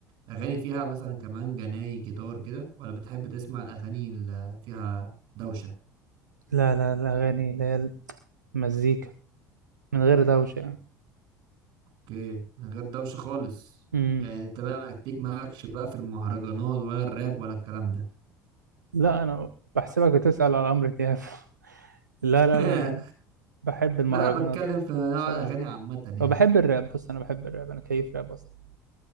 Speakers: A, on the right; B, on the right.
A: اغاني فيها مثلا كمان جناي جيتار كده ولا بتحب تسمع الاغاني اللي فيها دوشه
B: لا لا الاغاني اللي هي المزيكا من غير دوشه يعني
A: اوكي من غير دوشة خالص
B: امم
A: يعني انت بقى محتاج مالكش بقى في المهرجانات ولا الراب ولا الكلام ده
B: لا انا بحسبك بتسأل على عمرو دياب <laughs> لا
A: <laughs>
B: لا لا بحب المهرجانات
A: لا انا بتكلم في نوع
B: بصراحه
A: الاغاني عامة يعني
B: وبحب الراب بص انا بحب الراب انا كيف راب اصلا